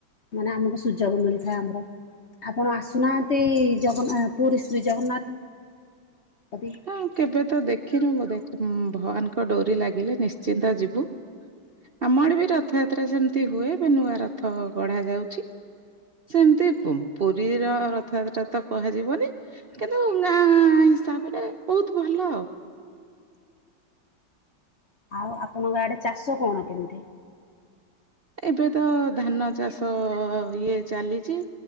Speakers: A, on the left; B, on the right.
A: ମାନେ ଆମକୁ ସୁଯୋଗ ମିଳି ଆମର ଆପଣ ଆସୁନାହାନ୍ତି ଜଗନ୍ ପୁରୀ ଶ୍ରୀ ଜଗନ୍ନାଥ। <unintelligible>
B: ହଁ କେବେ ତ ଦେଖିନୁ ବୋଧେ। ଭଗବନ୍ ଙ୍କ ଡୋରି ଲାଗିଲେ ନିଶ୍ଚିନ୍ତ ଯିବୁ। ଆମ ଆଡେ ବି ରଥଯାତ୍ରା ସେମିତି ହୁଏ। ଏବେ ନୂଆ ରଥ ଗଢା ଯାଉଛି। ସେମିତି ପୁ-ପୁରୀର ରଥଯାତ୍ରା ତ କୁହାଯିବନି। କିନ୍ତୁ ଗାଁ ହିସାବରେ ବହୁତ ଭଲ ଆଉ।
A: ଆଉ ଆପଣଙ୍କ ଆଡେ ଚାଷ କଣ କେମିତି?
B: ଏବେ ତ ଧାନ ଚାଷ ଇଏ ଚାଲିଚି।